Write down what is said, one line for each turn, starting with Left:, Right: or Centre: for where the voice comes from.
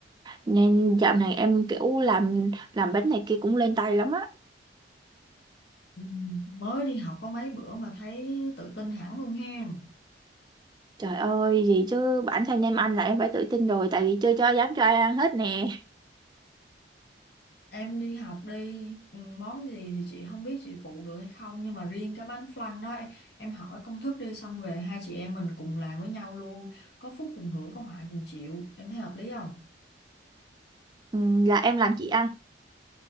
Right: nên dạo này em kiểu làm làm bánh này kia cũng lên tay lắm á
Left: Ừ, mới đi học có mấy bữa mà thấy tự tin hẳn luôn hen
Right: trời ơi gì chứ bản thân em ăn là em phải tự tin rồi tại vì chưa cho dám cho ai ăn hết nè
Left: Em đi học đi, ừ, món gì thì chị không biết chị phụ được hay không nhưng mà riêng cái bánh flan đó em, em hỏi công thức đi xong về hai chị em mình cùng làm với nhau luôn, có phúc cùng hưởng có họa cùng chịu, em thấy hợp lý không?
Right: Ừm, là em làm chị ăn